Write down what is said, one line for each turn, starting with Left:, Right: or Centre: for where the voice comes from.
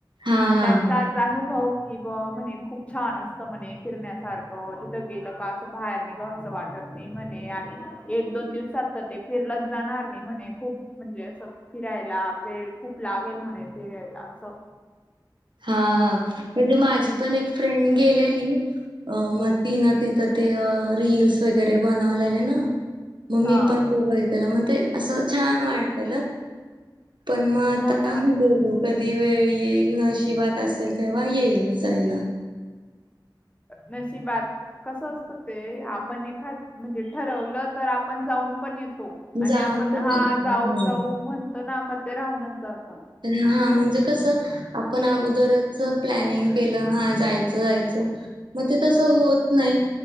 Right: हा
Left: मग
Right: हा
Left: त्यांचा अनुभव की बुवा म्हणे खूप छान असत म्हणे फिरण्यासारखं. तिथं गेलं का असं बाहेर निघावंसं असं वाटत नाही म्हणे. आणि एक दोन दिवसात तर ते फिरलच जाणार नाही म्हणे. खूप म्हणजे असं फिरायला वेळ खूप लागेल म्हणे फिरायला असं.
Right: हा हा. म्हण जे माझी पण एक फ्रेंड गेलेली. अ म ती न तिथ ते ऱील्स वगैरे बनवलेले ना मग
Left: हा
Right: मी पण तो बघित ना मग ते असं छान वाटत ना पण मग आता
Left: हो ना.
Right: बघू कधी वेळी येईल नशिबात असेल तेव्हा येईल जायला
Left: नशिबात कसं असतं ते आपण एखाद म्हणजे ठरवलं तर आपण जाऊन पण येतो आणि
Right: जाऊन
Left: आपण
Right: पण
Left: हा
Right: येतो
Left: जाऊ
Right: हम्म.
Left: जाऊ म्हणतो ना मग ते राहूनच जात
Right: तर हा म्हणजे कसं आपण अगोदरच प्लॅनिंग केलं हा जायचं जायचं मग ते तस होत नाही